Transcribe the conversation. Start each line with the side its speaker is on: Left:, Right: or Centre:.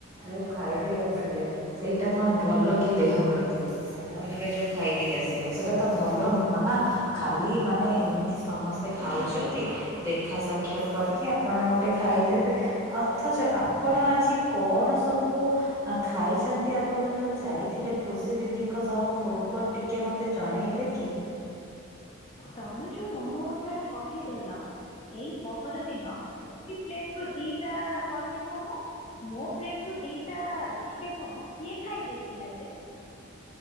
Right: ଯଉ ଖାଇଦେଇ ଆସିଲେ ସେଇଟା କଣ ଭଲ କି ଦେହ ପ୍ରତି ମୋମୋ ହେରିକା ଯୋଉ ଖାଇଦେଇ ଆସିଲେ ସେଇଟା ତ ଭଲ ନୁହଁ ନା ଖାଲି ମାନେ ଏମିତି ସମସ୍ତେ ଖାଉଛନ୍ତି ଦେଖା ସା କ୍ଷତ କରିକି ଆପଣ ଗୋଟେ ଖାଇଦେବେ ଅଥଚ ଆପଣ ଆଜି କଣ ସବୁ? ଆ ଖାଇଛନ୍ତି ଆପଣ ଯୋଉ ଯାଇଥିଲେ ଖୁସି ଦିଦିଙ୍କ ସହ ଫୁଡ଼କୋର୍ଟ ଟିକେ ମୋତେ ଜଣେଇବେ କି?
Left: ତମେ ଯୋଉ ମୋମୋ କଥାଗୁଡ଼ା କହିଦେଲ। ଏଇ ପହର ଦିନ ଖୁସି ପ୍ଲେଟ୍ ରୁ ଦିଟା ପନିର ମୋମୋ ମୋ ପ୍ଲେଟ୍ ରୁ ଦିଟା ଚିକେନ୍ ମୋମୋ କିଏ ଖାଇ ଦେଇଥିଲା ଯେ?